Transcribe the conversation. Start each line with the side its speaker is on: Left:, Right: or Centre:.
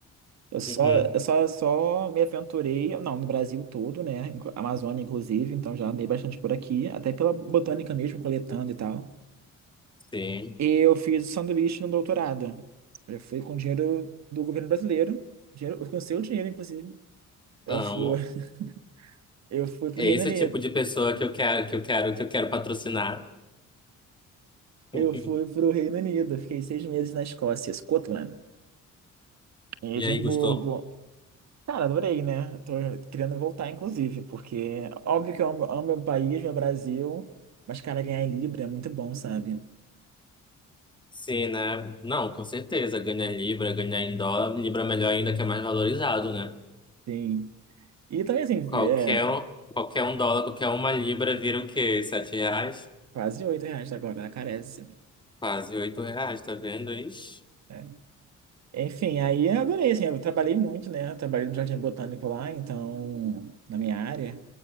Right: Eu só,
Left: Uhum,
Right: eu só, só me aventurei, não, no Brasil todo, né? inclu- Amazônia, inclusive, então já andei bastante por aqui, até pela botânica mesmo, coletando e tal.
Left: sim,
Right: Eu fiz sanduíche no doutorado. Eu fui com dinheiro do governo brasileiro, dinheiro, com seu dinheiro, inclusive. Eu
Left: amo.
Right: fui, <laughs> eu fui pro
Left: É
Right: Reino
Left: esse
Right: Unido.
Left: tipo de pessoa que eu quero, que eu quero, que eu quero patrocinar.
Right: Eu
Left: <laughs>
Right: fui pro Reino Unido, fiquei seis meses na Escócia, Scotland, em
Left: E
Right: Edimburgo.
Left: aí, gostou?
Right: Cara, adorei, né? Tô querendo voltar, inclusive, porque óbvio que eu amo, amo meu país, meu Brasil, mas, cara, ganhar em Libra é muito bom, sabe?
Left: Sim, né? Não, com certeza. Ganhar em Libra, ganhar em dólar. Libra é melhor ainda, que é mais valorizado, né?
Right: Sim. E também, assim,
Left: Qualquer,
Right: é,
Left: um, qualquer um dólar, qualquer uma libra vira o quê? Sete reais?
Right: quase oito reais agora, ela carece.
Left: Quase oito reais, tá vendo? Ixi.
Right: né? Enfim, aí eu adorei, assim, eu trabalhei muito, né? Eu trabalhei no Jardim Botânico lá, então, na minha área.